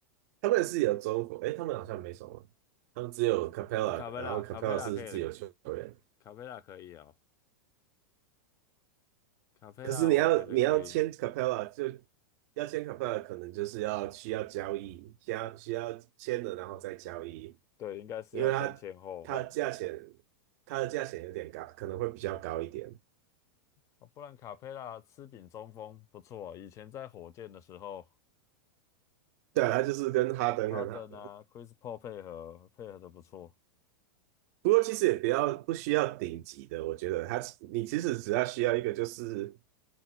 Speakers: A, on the right; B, on the left.
A: 他们是有中国，诶，他们好像没什么，他们只有 Capella，
B: 呃卡佩拉，
A: 然后 Capella
B: 卡佩拉可以，
A: 是自由球员。
B: 的，卡佩拉可以哦，卡佩拉我觉得可以。
A: 可是你要你要签 Capella 就要签 Capella，可能就是要需要交易，需要需要签了然后再交易。
B: 对，应该是要先签后换，
A: 因为它它的价钱，它的价钱有点高，可能会比较高一点。
B: 啊不然卡佩拉吃饼中锋不错啊。以前在火箭的时候，
A: 对啊，它就是跟哈登很好，
B: 哈登啊，Chris Paul 配合配合的不错，
A: 不过其实也不要不需要顶级的，我觉得它你其实只要需要一个就是